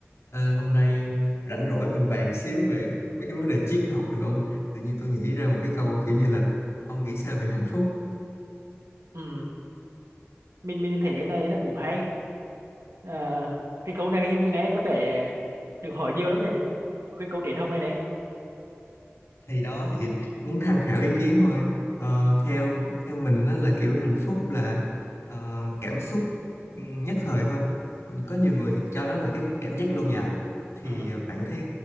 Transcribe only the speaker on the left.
Ờ, hôm nay rảnh rỗi mình bàn xíu về mấy cái vấn đề triết học được không? Tự nhiên tôi nghĩ ra một cái câu kiểu như là ông nghĩ sao về hạnh phúc?
Thì đó thì muốn tham khảo ý kiến thôi. Ờ, theo theo mình đó là kiểu hạnh phúc là ờ, cảm xúc ừ, nhất thời thôi. Ừ, Có nhiều người thì cho nó là cái cảm giác lâu dài. Thì
ờ, bạn thấy